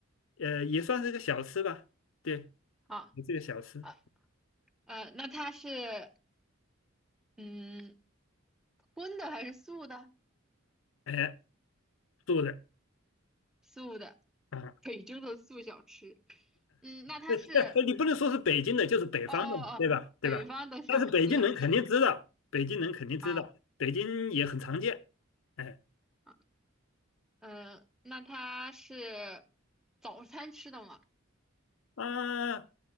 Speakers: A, on the left (about 70°); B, in the centre.
A: 呃，也算是个小吃吧，对，
B: 好
A: 也是个小吃，
B: 啊呃，那它是嗯荤的还是素的？
A: 哎，做的
B: 素的，
A: 啊、
B: 北京的素小吃。嗯，那它是
A: <laughs> 对，你不能说是北京的，就是北方的嘛，
B: 哦哦哦，
A: 对吧？对吧？
B: 北方的小四小吃。
A: 但是北京人肯定知道，北京人肯定知道，
B: 好，
A: 北京也很常见。哎，
B: 嗯呃，那它是早餐吃的吗？
A: 啊，